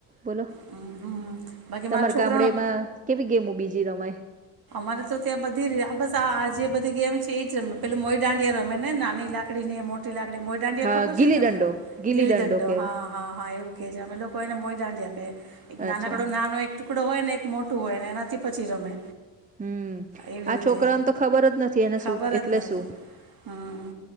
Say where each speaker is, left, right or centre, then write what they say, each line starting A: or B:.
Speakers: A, on the right; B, on the right.
A: બોલો
B: હમ બાકી
A: તમારે
B: મારા છોકરાઓને
A: ગામડેમાં કેવી ગેમો બીજી રમાય?
B: મારે તો ત્યાં બધી જ બસ આ આ જે બધી ગેમ છે એ જ રમે પેલ મોઈ દાંડિયા રમે ને નાની લાકડી ને મોટી લાક. મોદાંડિયા
A: હા
B: ખબર
A: ગીલી
B: છે તમને
A: દંડો
B: ગીલી દંડો,
A: કેવાય
B: હા હા હા એવું કે છે અમે લોકો એને મોયદાંડિયા એક નાનાકડો
A: અચ્છા
B: નાનો એક. ટુકડો હોય ને એક મોટું હોય ને એનાથી પછી રમે.
A: હમ્મ
B: એવી
A: આ
B: રીતે
A: છોકરાને તો ખબર જ નથી એને
B: ખબર
A: શું એટલે
B: જ નથી
A: શું.
B: હમ